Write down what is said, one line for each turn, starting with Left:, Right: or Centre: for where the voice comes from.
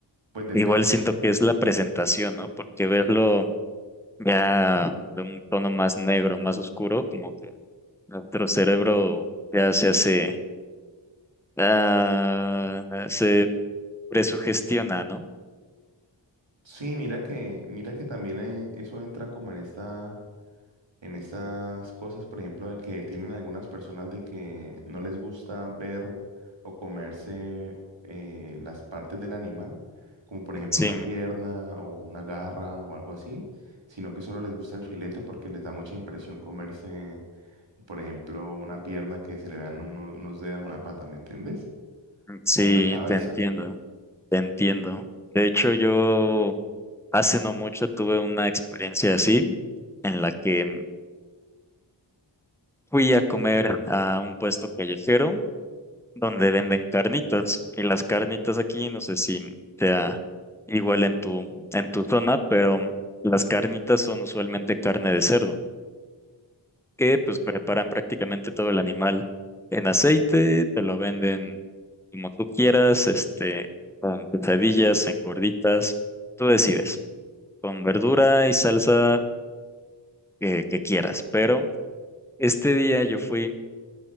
Right: pues depende.
Centre: Igual siento que es la presentación, ¿no? Porque verlo ya de un tono más negro, más oscuro, como que nuestro cerebro ya se hace, ah, se presugestiona, ¿no?
Right: Sí, mira que, mira que también eh, eso entra como en esta. en estas cosas, por ejemplo, de que tienen algunas personas de que no les gusta ver o comerse eh, las partes del animal, como por ejemplo
Centre: Sí,
Right: una pierna o una garra o algo así, sino que solo les gusta el filete porque les da mucha impresión comerse, por ejemplo, una pierna que se le vean uno- unos dedos, una pata, ¿me entiendes?
Centre: sí,
Right: O una Entiendo. cabeza.
Centre: te entiendo, te entiendo. De hecho, yo hace no mucho tuve una experiencia así, en la que fui a comer a un puesto callejero donde venden carnitas. Y las carnitas aquí, no sé si sea igual en tu, en tu zona, pero las carnitas son usualmente carne de cerdo, que pues preparan prácticamente todo el animal en aceite, te lo venden como tú quieras, este, con pesadillas, en gorditas, tú decides, con verdura y salsa que, que quieras. Pero este día yo fui,